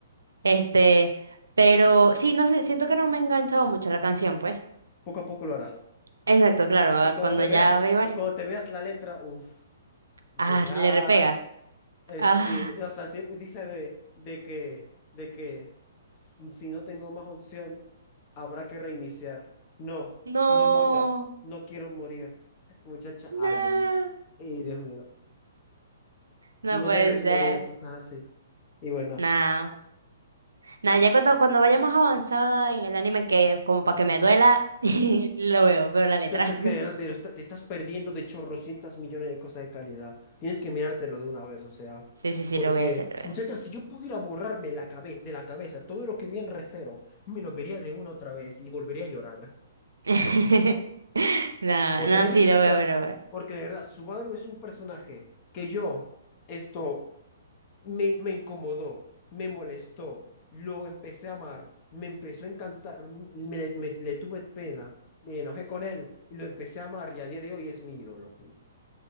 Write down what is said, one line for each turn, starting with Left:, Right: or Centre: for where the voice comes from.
Right: este, pero sí, no sé, siento que no me ha enganchado mucho la canción, pues,
Left: Poco a poco lo hará.
Right: exacto, claro, ah,
Left: Y cuando
Right: cuando
Left: te
Right: ya
Left: veas,
Right: ve varios,
Left: y cuando te veas la letra, uff, llorar.
Right: ah, le repega,
Left: Eh,
Right: ah,
Left: sí, o sea, siempre dice de, de que, de que s- si no tengo más opción, habrá que reiniciar. No,
Right: no,
Left: no mueras, no quiero morir. Muchacha,
Right: no,
Left: ay, Dios mío, ay, Dios mío,
Right: no
Left: no
Right: puede
Left: debes
Right: ser,
Left: morir, cosas así. Y bueno,
Right: no. Nada, ya cuando, cuando vaya más avanzada en el anime, que como para que me duela, <laughs>
Left: sí.
Right: lo veo, veo la
Left: Muchacha,
Right: letra. <laughs>
Left: es que de verdad te, lo está- te estás perdiendo de chorrocientas millones de cosas de calidad. Tienes que mirártelo de una vez, o sea.
Right: Sí, sí, sí,
Left: Porque,
Right: lo voy a hacer, lo voy
Left: muchacha,
Right: a
Left: si yo pudiera borrarme la cabeza de la cabeza todo lo que vi en Recero, me lo vería de una otra vez y volvería a llorar.
Right: hacer. <laughs> No,
Left: Volvería
Right: no,
Left: a
Right: sí,
Left: disfrutar.
Right: lo voy a ver, lo voy a ver.
Left: Porque de verdad, Subaru es un personaje que yo, esto, me, me incomodó, me molestó, lo empecé a amar, me empezó a encantar, me, me- le tuve pena, me enojé con él y lo empecé a amar y a día de hoy es mi ídolo.